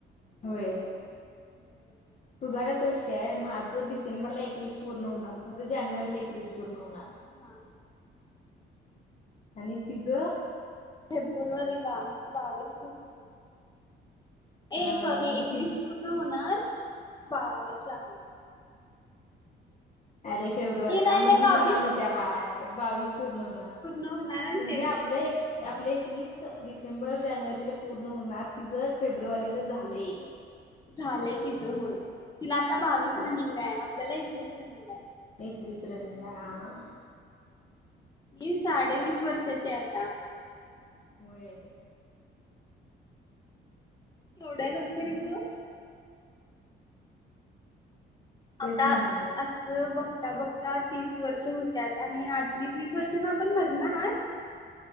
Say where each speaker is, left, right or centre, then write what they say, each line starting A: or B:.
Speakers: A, on the left (about 35°); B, on the left (about 20°).
A: होय
B: बरोबर
A: तुझा कसा विषय आहे, माझं डिसेंबरला एकवीस पूर्ण होणार, तुझं जानेवारीला एकवीस पूर्ण होणार
B: हा
A: आणि तिज
B: फेब्रुवारीला बावीस पूर्ण, ए
A: अ
B: सॉरी
A: म्हणजे
B: एकवीस
A: ति
B: पूर् न होणार बावीस लागणार
A: अरे फेब्रुवारी
B: हे नाही नाही
A: म
B: बावीस
A: ती लहान होत्या बाळ बावीस पूर्ण होणार
B: होणार आणि
A: म्हणजे,
B: ते
A: आपलं एक आपले एकवीस डिसेंबर जानेवारीला पूर्ण होणार, तिझं फेब्रुवारीला झालंय.
B: झालंय तिचं होय, तिला आता
A: हा
B: बावीस
A: असतो
B: रनिंग आहे, आपल्याला एकवीस रनिंग आहे.
A: एकवीस रनिंग आहे हा.
B: मी साडे वीस वर्षाची आहे आता.
A: होय.
B: केवढ्या लवकरी गं?
A: तेच
B: आता
A: म्हणालोय
B: असं बघ आता बघता तीस वर्ष होत्यात आणि अजून एक वीस वर्षना आपण मरणार.